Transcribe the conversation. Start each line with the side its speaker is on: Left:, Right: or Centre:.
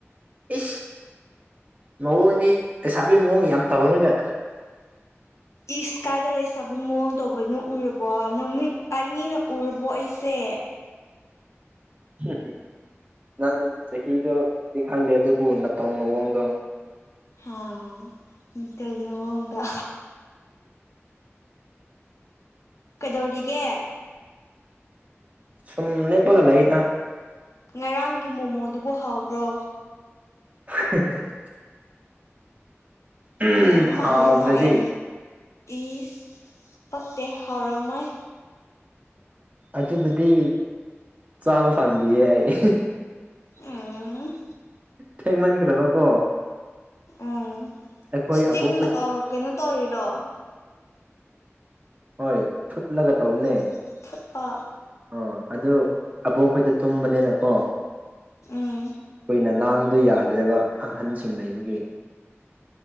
Right: ꯏ ꯃꯑꯣꯡꯗꯤ ꯂꯩꯁꯥꯕꯤ ꯃꯑꯣꯡ ꯌꯥꯝ ꯇꯧꯔꯒ
Left: ꯏꯁ ꯀꯥꯏꯗ ꯂꯩꯁꯥꯕꯤꯒꯤ ꯃꯑꯣꯡ ꯇꯧꯕꯅꯣ ꯎꯔꯕꯣ ꯅꯨꯃꯤꯠ ꯑꯅꯤꯅ ꯎꯔꯕꯣ ꯑꯩꯁꯦ
Right: ꯎ ꯅꯪ ꯆꯍꯤꯗꯣꯗꯤ ꯈꯪꯗꯦ ꯑꯗꯨꯕꯨ ꯅꯧꯅꯑꯣꯡꯗꯣ
Left: ꯍꯥꯥꯇꯅ ꯍꯕ ꯀꯩꯗꯧꯔꯤꯒꯦ
Right: ꯁꯨꯝꯅꯦꯄꯒꯂ ꯑꯣꯏꯇ
Left: ꯉꯔꯥꯡꯒꯤ ꯃꯣꯃꯣꯗꯨꯕꯨ ꯍꯥꯎꯕ꯭ꯔꯣ
Right: <unintelligible> ꯎꯝ
Left: ꯍꯥꯎꯇꯕ ꯃꯥꯜꯂꯦ
Right: ꯍꯥꯎꯗ꯭ꯔꯗꯤ
Left: ꯅꯣꯛꯑꯦ ꯏꯁ ꯄꯛꯇꯦ ꯍꯥꯎꯔꯝꯃꯣꯏ
Right: ꯑꯗꯨꯕꯨꯗꯤ ꯆꯥꯕ ꯐꯪꯕꯤꯌꯦ ꯑꯩ
Left: ꯑꯝ
Right: ꯊꯦꯡꯃꯟꯈ꯭ꯔꯕꯀꯣ
Left: ꯎꯝ
Right: ꯑꯩꯈꯣꯏ
Left: ꯁ꯭ꯇꯤꯝ
Right: ꯑꯕꯣꯛ ꯈꯗꯤ
Left: ꯀꯩꯅꯣ ꯇꯧꯔꯤꯔꯣ
Right: ꯍꯣꯏ ꯐꯨꯠꯂꯒ ꯇꯧꯅꯦ
Left: ꯎꯝ ꯐꯨꯠꯄ
Right: ꯑ ꯑꯗꯨ ꯑꯕꯣꯛꯈꯣꯏꯗ ꯇꯨꯝꯕꯅꯤꯅꯀꯣ
Left: ꯎꯝ
Right: ꯀꯨꯏꯅ ꯂꯥꯡꯕꯗ ꯌꯥꯗ꯭ꯔꯦꯕ ꯑꯍꯟꯁꯤꯡ ꯂꯩꯕꯒꯤ